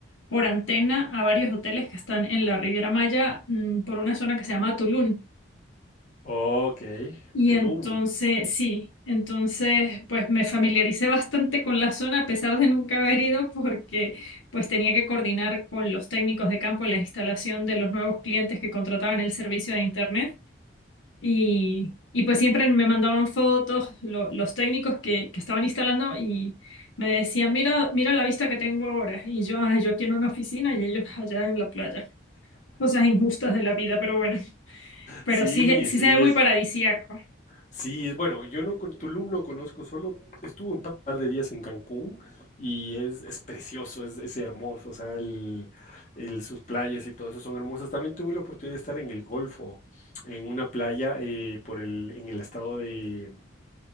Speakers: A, on the left; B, on the left.
A: por antena a varios hoteles que están en la Riviera Maya, mm, por una zona que se llama Tulum.
B: Ok,
A: Y
B: Tulum.
A: entonces, sí, entonces pues me familiaricé bastante con la zona a pesar de nunca haber ido porque pues tenía que coordinar con los técnicos de campo la instalación de los nuevos clientes que contrataban el servicio de internet y, y pues siempre me mandaban fotos lo- los técnicos que, que estaban instalando y me decían, mira, mira la vista que tengo ahora y yo, "Ay, yo aquí en una oficina y ellos allá en la playa. Cosas injustas de la vida, pero bueno, pero
B: Sí,
A: sí, sí
B: sí,
A: se ve muy
B: es,
A: paradisíaco.
B: Sí, es bueno, yo no con Tulum no conozco, solo estuve un par de días en Cancún y es, es precioso, es, es hermoso, o sea, el, el- sus playas y todo eso son hermosas. También tuve la oportunidad de estar en el Golfo, en una playa eh, por el, en el estado de,